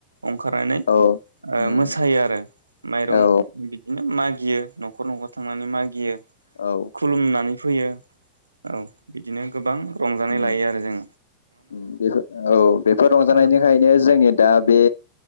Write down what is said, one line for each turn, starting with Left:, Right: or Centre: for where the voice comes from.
Right: ओंखारनानै
Left: औ
Right: ओ
Left: उम
Right: मोसायो आरो माइरं
Left: औ
Right: बिदिनो मागियो न'खर न'खर थांनानै मागियो
Left: औ
Right: खुलुमनानै फैयो औ बिदिनो गोबां रंजानाय
Left: उम
Right: लायो आरो जों
Left: बेफोर औ बेफोर रंजानायनिखायनो
Right: औ
Left: जोंनि दा बे